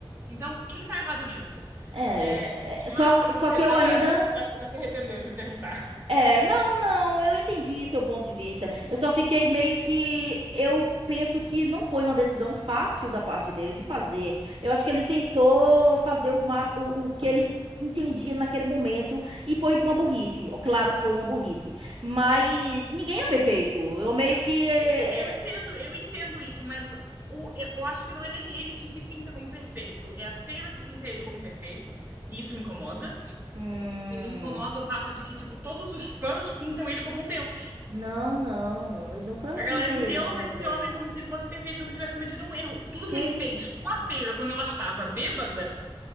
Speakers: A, on the right; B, on the right.
A: Então, ele está errado nisso.
B: É,
A: É, continuar,
B: é, só,
A: ou
B: só
A: você
B: que eu
A: já
B: ainda
A: tá achando, já, já se arrependeu de me perguntar?
B: É, não, não, eu entendi seu ponto de vista. Eu só fiquei meio que. Eu penso que não foi uma decisão fácil da parte dele de fazer. Eu acho que ele tentou fazer o, mas, o, o que ele entendia naquele momento e foi uma burrice. Ó, Claro que foi uma burrice. Mas ninguém é perfeito. Eu meio que. é,
A: Sim, sim, eu entendo,
B: é,
A: eu entendo isso, mas o, eu eu acho que não é nem ele que se pinta como perfeito, é a Feira que pinta ele como perfeito, e isso me incomoda.
B: Hum,
A: E me incomoda o fato de que, tipo, todos os fãs pintam ele como um deus.
B: não, não. Eu nunca
A: A
B: pintei
A: galera endeusa
B: ele como
A: esse
B: Deus,
A: homem
B: não.
A: como se ele fosse perfeito, nunca tivesse cometido um erro. Tudo que
B: Que
A: ele
B: isso?
A: fez com a Feira quando ela estava bêbada